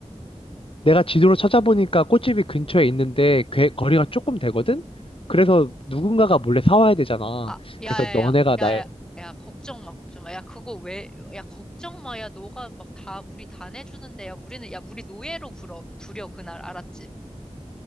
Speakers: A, on the left (about 50°); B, in the centre.
A: 내가 지도로 찾아보니까 꽃집이 근처에 있는데, 괴- 거리가 조금 되거든? 그래서 누군가가 몰래 사와야 되잖아.
B: 아, 야야야,
A: 그래서 너네가 날
B: 야야, 야, 걱정 마, 걱정 마. 야, 그거 왜, 야, 걱정 마. 야, 너가 막 다, 우리 다 내주는데, 야, 우리는, 야, 우리 노예로 부려, 부려, 그날, 알았지?